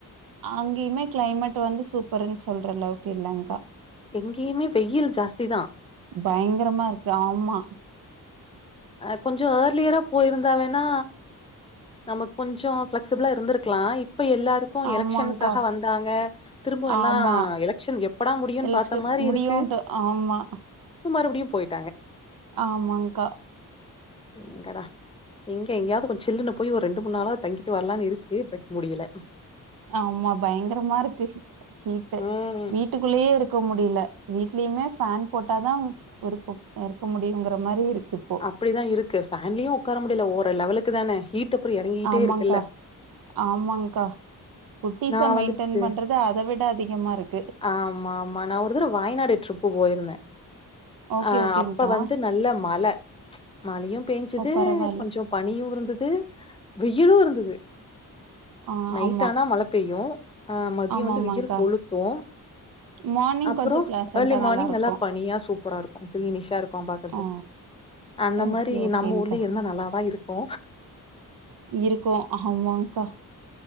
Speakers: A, on the right; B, on the left.
A: அங்கேயுமே கிளைமேட் வந்து சூப்பருன்னு சொல்ற அளவுக்கு இல்லங்க்கா
B: எங்கேயுமே வெயில் ஜாஸ்தி தான்
A: பயங்கரமா இருக்கு ஆமா
B: அ கொஞ்சம் ஏர்லியரா போயிருந்தாவேன்னா நமக்கு கொஞ்சம் ஃபிளெக்சிபிளா இருந்திருக்கலாம் இப்ப எல்லாருக்கும்
A: ஆமாங்க்கா
B: எலெக்ஷனுக்காக வந்தாங்க திரும்ப எல்லாம்
A: ஆமா
B: எலெக்ஷன் எப்படா முடியும்ன்னு பார்த்த
A: எலச்சு
B: மாதிரி
A: முடியுன்ட்டு
B: இருக்கு
A: ஆமா
B: மறுபடியு போய்
A: ஆமாங்க்கா
B: எங்கடா எங்க எங்கேயாவது கொஞ்ச சில்லுன்னு போய் ஒரு ரெண்டு மூணு நாளா தங்கிட்டு வரலான்னு இருக்கு பட் முடியல
A: ஆமா பயங்கரமா இருக்கு ஹீட்டு
B: ம்
A: வீட்டுக்குள்ளயே இருக்க முடியல வீட்லயுமே ஃபேன் போட்டாதான் இருக்கு இருக்க முடியுங்கிற மாதிரி இருக்கு இப்போ
B: அப்படிதான் இருக்கு ஃபேன்லியும் உட்கார முடியல ஓரு லெவலுக்கு தானே ஹீட் அப்புறோ இறங்கிட்டே
A: ஆமாங்கா
B: இருக்குல்ல
A: ஆமாங்கா குட்டிச
B: நா
A: மெயின்டென்
B: வந்துட்டு
A: பண்றது அத விட அதிகமா இருக்கு
B: ஆமா ஆமா நா ஒருத்தட வயநாடு ட்ரிப்பு போயிருந்தே
A: ஓகே
B: ஆ
A: ஓகேங்க்கா
B: அப்ப வந்து நல்ல மழ மழையு பேஞ்சது
A: ஓ பரவால்ல
B: கொஞ்சோ பனியு இருந்தது வெயிலு இருந்தது
A: ஆ
B: நைட்டானா
A: ஆமா
B: மழ பெய்யு ஆ மதிய
A: ஆமா
B: வந்து
A: ஆமாங்க்கா
B: வெயில் கொளுத்து
A: மார்னிங்
B: அப்புறோ
A: கொஞ்சோ பிளசன்டா
B: ஏர்லி மார்னிங்
A: இருக்கு
B: நல்லா பனியா சூப்பரா இருக்கு கிரினிஷா இருக்கு பாக்குறதுக்கு
A: ஆ
B: அந்த மாரி
A: ஓகே ஓகேங்க்கா
B: நம்ம ஊர்லய இருந்தா நல்லாவ இருக்கு
A: இருக்கு ஆமாங்கா